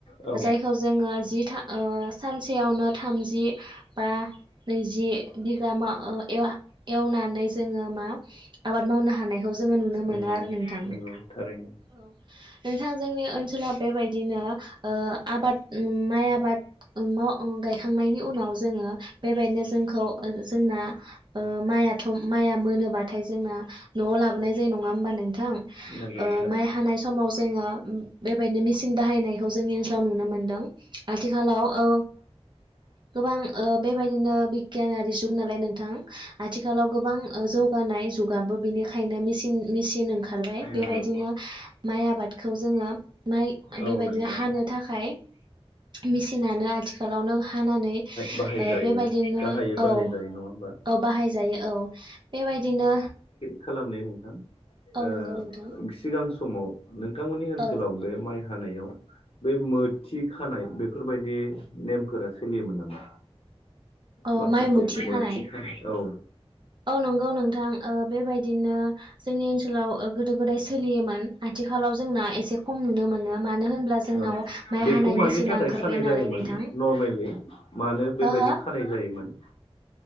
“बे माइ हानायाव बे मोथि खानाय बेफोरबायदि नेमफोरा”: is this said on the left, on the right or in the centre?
Left